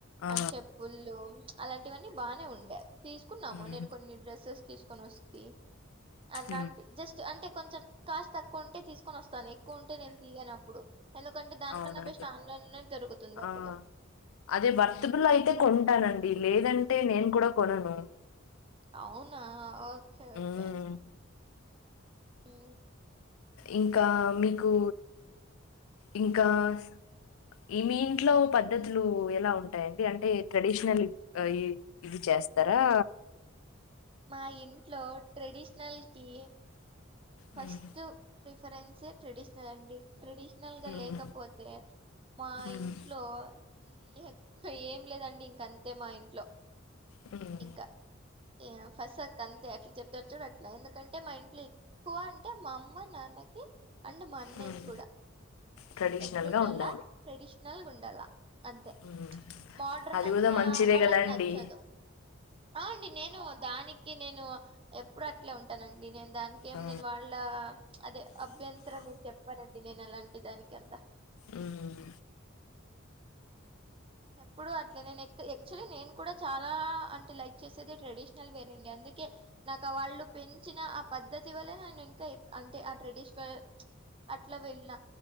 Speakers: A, on the left; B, on the right.
A: ఆ
B: అని చెప్పుల్లు చ్ అలాంటివన్నీ బానే ఉండే తీసుకున్నాము
A: ఉమ్
B: నేను కొన్ని డ్రెస్సెస్ తీసుకొని వస్తి అలాంటి
A: ఉమ్
B: జస్ట్ అంటే కొంచం కాస్ట్ తక్కువ ఉంటే తీసుకొని వస్తాను, ఎక్కువ ఉంటే నేను తీయనుప్పుడు. ఎందుకంటే దానికన్నా
A: అవునండి
B: బెస్ట్ ఆన్లైలోనే దొరుకుతుంది
A: ఆ
B: అప్పుడు
A: అదే భర్తుకుల్లో
B: ఉమ్.
A: అయితే కొంటానండి లేదంటే నేను కూడా కొనును
B: అవునా ఓకే ఓకే
A: ఉమ్
B: ఊ
A: ఇంకా మీకు ఇంకాస్ ఈ మీ ఇంట్లో పద్ధతులు ఎలా ఉంటాయండి అంటే ట్రెడిషనల్ గఇ చే తేస్తరా
B: మా ఇంట్లో ట్రెడిషనల్ కి ఫస్ట్
A: హ్మ్.
B: ప్రిఫరెన్స్ ట్రెడిషనల్ అండి ట్రెడిషనల్ గా
A: హ్మ్.
B: లేకపోతే మా
A: హ్మ్.
B: ఇంట్లో నీహ్ ఏం లేదండి ఇంక అంతే మా ఇంట్లో
A: హ్మ్.
B: ఇంక ఎహ్ ఫసక్ అంతే అట్లా చెప్తారు చూడు అట్లా ఎందుకంటే మా ఇంట్లో ఎక్కువ అంటే మా అమ్మ నాన్నకి అంటే మా అన్నయ్య
A: హ్మ్.
B: కూడా
A: ట్రెడిషనల్‌గా
B: ఎట్లుండలా
A: ఉండాలి.
B: ట్రెడిషనల్ గుండలా అంతే
A: హ్మ్.
B: మోడ్రన్
A: అది
B: అంతా
A: గూడా మంచిదే
B: వాళ్ళక్
A: గదండీ!
B: నచ్చదు. ఆ అండి నేను దానికి నేను ఎప్పుడు అట్లే ఉంటానండి నేన్ దానినికేం
A: ఆ!
B: నేను వాళ్ళ చ్ అదే అభ్యంతరం నేను చెప్పనండి నేను అలాంటి దానికి అంత
A: ఉమ్
B: ఎప్పుడు అట్లే నేను యాక్చులీ నేను కూడా చాలా అంటే లైక్ చేసేది ట్రెడిషనల్ వేరండి అందుకే నాకు వాళ్ళు పెంచిన ఆ పద్ధతి వల్ల నేను ఇంకా అంటే ఆ ట్రెడిషవల్ చ్ అట్లా వెళ్ళిన